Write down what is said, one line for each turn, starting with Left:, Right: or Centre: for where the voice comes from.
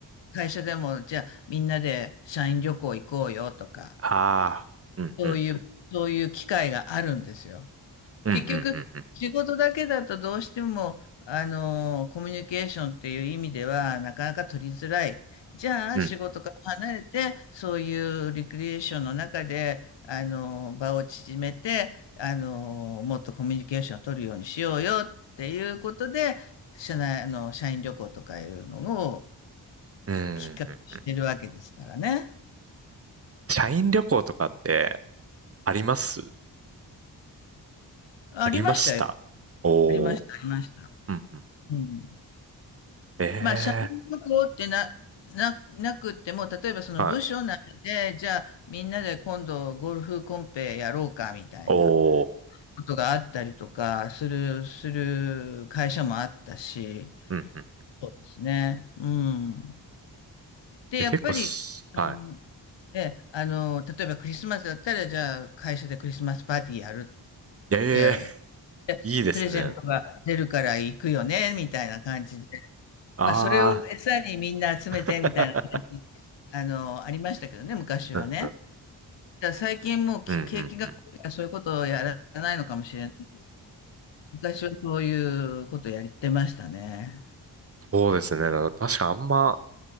Left: 会社でも、じゃあみんなで社員旅行行こうよとか、
Right: ああ。うんうんうん。
Left: そういう、そういう機会があるんですよ。
Right: うんうんうんうん。
Left: 結局、仕事だけだとどうしても、あの、コミュニケーションっていう意味では、なかなか取りづらい。じゃあ、
Right: うん。
Left: 仕事から離れて、そういうリクリエーションの中で、あの、場を縮めて、あの、もっとコミュニケーションを取るようにしようよっていうことで、社内、あの、社員旅行とかいうのを
Right: うんうんうん。
Left: きっかけにしてるわけですからね。
Right: 社員旅行とかってあります
Left: ありましたよ。
Right: ありましたおー。
Left: ありました、ありました。
Right: うんうん。
Left: うん。
Right: ええ
Left: まあ、社員旅行ってな、な、なくっても、例えばその部署内で、
Right: ー。はい。
Left: じゃあみんなで今度ゴルフコンペやろうかみたいな
Right: おー。
Left: ことがあったりとかする、する会社もあったし、
Right: うんうん。
Left: そうですね。うん。で、
Right: え、
Left: やっぱり、
Right: 結構す、は
Left: うんえ、あの、例えばクリスマスだったら、じゃあ会社でクリスマスパーティーやるっ
Right: い。ええ
Left: て、
Right: ー、いいですね。
Left: プレゼントが出るから行くよね、みたいな感じで。
Right: あ
Left: まあ、それを餌にみんな集めてみたいな感じ、
Right: あ。<laughs>
Left: あの、ありましたけどね、昔はね。
Right: うんうん。
Left: だから最近もうき景気が悪いからそういうことをやらないのかもしれない。
Right: うんうんうん。
Left: 昔はそういうことをやってましたね。
Right: そうですね。だから確かあんま、